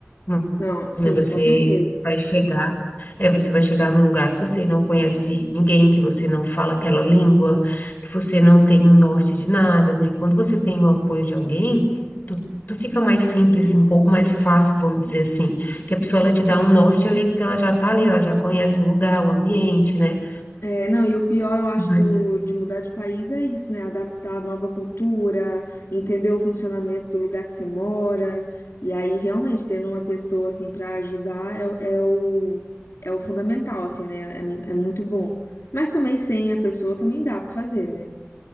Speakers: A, on the left (about 45°); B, on the left (about 75°).
A: né?
B: Não, sim,
A: né? Você
B: com certeza.
A: vai chegar, é, você vai chegar num lugar que você não conhece ninguém, que você não fala aquela língua, que você não tem um norte de nada, né? Quando você tem o apoio de alguém, tu- tudo fica mais simples, um pouco mais fácil, vamos dizer assim, que a pessoa ela te dá um norte ali, porque ela já tá ali, ela já conhece o lugar, o ambiente, né?
B: É, não, e o pior, eu acho,
A: Mas
B: do, de mudar de país é isso, né? Adaptar a nova cultura, entender o funcionamento do lugar que você mora. E aí, realmente, tendo uma pessoa, assim, para ajudar é, o, é o é o fundamental, assim, né? É, mu- é muito bom. Mas também sem a pessoa também dá para fazer, né?